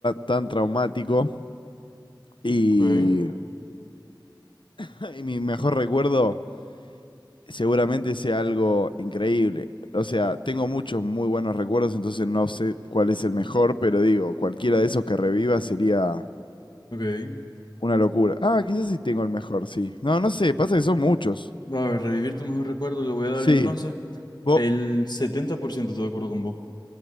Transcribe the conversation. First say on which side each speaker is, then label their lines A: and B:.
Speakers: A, on the left; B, on the left.
A: tan traumático y,
B: ok,
A: <laughs> y mi mejor recuerdo seguramente sea algo increíble. O sea, tengo muchos muy buenos recuerdos, entonces no sé cuál es el mejor, pero digo, cualquiera de esos que reviva sería
B: ok.
A: una locura. Ah, quizás sí tengo el mejor, sí. No, no sé, pasa que son muchos.
B: A ver, revivir tu mejor recuerdo le voy a dar
A: Sí.
B: entonces
A: Vos,
B: el 70% estoy de acuerdo con vos.